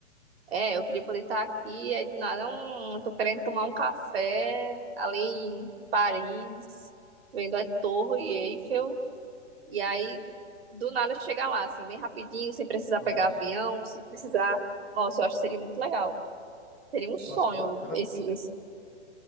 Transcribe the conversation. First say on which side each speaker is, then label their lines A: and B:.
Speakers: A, on the right; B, in the centre.
A: É, eu queria poder estar aqui, aí do nada, hum, tô querendo tomar um café ali em Paris, vendo a Torre Eiffel, e aí do nada chegar lá, assim, bem rapidinho, sem precisar
B: Nossa,
A: pegar avião, sem precisar. Nossa, eu acho que seria muito legal. Seria um sonho
B: nossa, que bacana.
A: esse, esse-